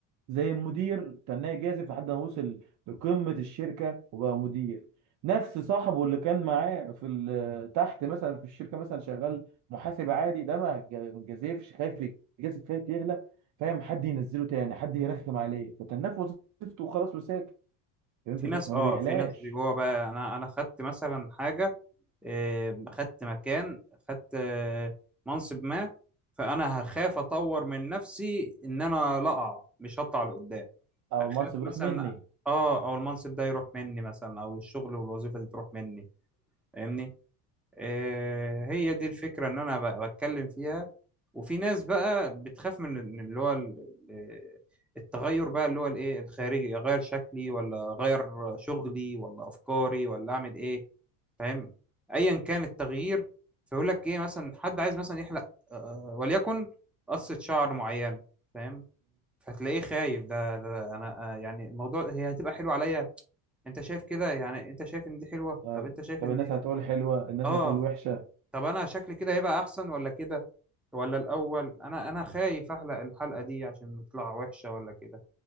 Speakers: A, on the right (about 45°); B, in the centre.
A: زي المدير تناه يجازف لحد ما وصل لقمه الشركه وبقى مدير نفس صاحبه اللي كان معاه في ال- تحت مثلا في الشركه مثلا شغال محاسب عادي ده ما ج- جازفش خايف يجازف خايف يغلى فاهم حد ينزله تاني حد يرخم عليه فتناه في وظيفته وخلاص وساكت فهمت
B: في
A: الفكره
B: ناس
A: فما
B: اه
A: بيعلاش
B: في ناس جوه بقى انا انا خدت مثلا حاجة آه خدت مكان خدت آه منصب ما فانا هخاف اطور من نفسي ان انا لا اقع مش هطلع لقدام
A: او
B: اخاف
A: المنصب يروح
B: مثلا
A: مني
B: اه او المنصب ده يروح مني مثلا او الشغل والوظيفه دي تروح مني فاهمني آه هي دي الفكره ان انا ب- بتكلم فيها وفي ناس بقى بتخاف من من اللي هو ال- ال- التغير بقى اللي هو الايه الخارجي اغير شكلي ولا اغير شغلي ولا افكاري ولا اعمل ايه فاهم ايا كان التغيير فيقول لك ايه مثلا حد عايز مثلا يحلق آه وليكن قصه شعر معينه فاهم فتلاقيه خايف ده, ده انا آه، يعني الموضوع هي هتبقى حلوه عليا انت شايف كده يعني انت شايف ان دي حلوه
A: آه،
B: طب انت شايف
A: طب
B: ان
A: الناس
B: دي
A: هتقول حلوة الناس
B: اه
A: هتقول وحشة
B: طب انا شكلي كده هيبقى احسن ولا كده ولا الاول انا انا خايف احلق الحلقه دي عشان تطلع وحشه ولا كده